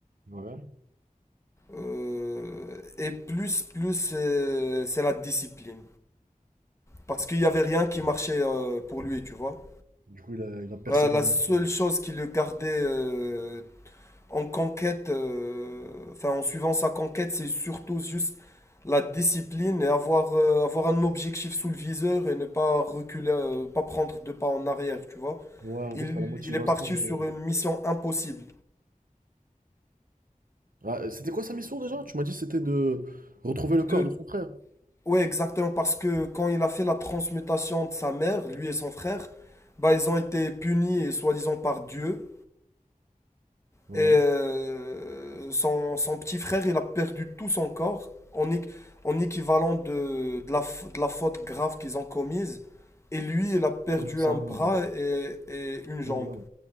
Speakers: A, on the right (about 80°); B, on the left (about 20°).
A: Ouais.
B: Euh, et plus, plus, c'est c'est la discipline. Parce qu'il n'y avait rien qui marchait euh, pour lui, tu vois.
A: Du coup, il a, il a persévéré
B: La, la seule
A: un peu.
B: chose qui le gardait euh, en conquête, euh, enfin en suivant sa conquête, c'est surtout juste la discipline et avoir, euh, avoir un objectif sous le viseur et ne pas reculer, euh, pas prendre deux pas en arrière, tu vois.
A: Ouais, en
B: Il,
A: gros, c'était la motivation.
B: il est parti
A: de-
B: sur une mission impossible.
A: Ah, euh, c'était quoi sa mission déjà? Tu m'as dit que c'était de retrouver le
B: De,
A: corps de son frère.
B: ouais, exactement, parce que quand il a fait la transmutation de sa mère, lui et son frère, bah ils ont été punis, soi-disant, par Dieu.
A: Ouais.
B: Et euh, son, son petit frère, il a perdu tout son corps en, équ- en équivalent de, de la, f- de la faute grave qu'ils ont commise. Et lui, il a perdu
A: C'était un peu ça,
B: un bras
A: mais, euh,
B: et, et une jambe.
A: une jambe.